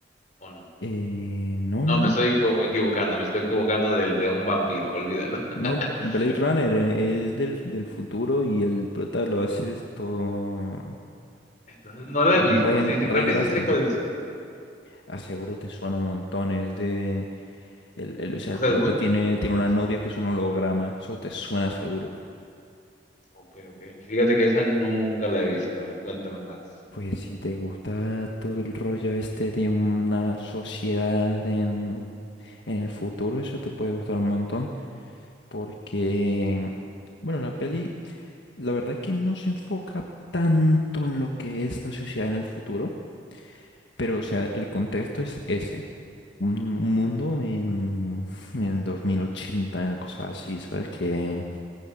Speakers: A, on the left; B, on the left.
A: ¿O no?
B: Eh, no,
A: No,
B: no.
A: me estoy equivo- equivocando, me estoy equivocando del de un vampiro, olvídalo.
B: No,
A: <laughs>
B: B- Blade Runner eh, es del, del futuro y el prota lo hace esto.
A: Entonces no la
B: eh,
A: he visto,
B: Ryan,
A: sí, sé-
B: Ryan
A: creo que
B: Gosling.
A: sí sé cuál dices.
B: Aseguro te suena un montón. Es de. El, el- o sea,
A: O
B: el
A: sea,
B: prota
A: es muy
B: tiene, tiene
A: famoso.
B: una novia que es un holograma. Eso te suena seguro.
A: Ok, ok. Fíjate que esa nunca la he visto. A ver, cuéntame más.
B: Pues si te gusta todo el rollo este de una sociedad en, en el futuro, eso te puede gustar un montón. Porque. Bueno, la peli. La verdad que no se enfoca tanto en lo que es la sociedad en el futuro, pero o sea, el contexto es ese. Un un mundo en, en el 2080, cosas así, ¿sabes? Que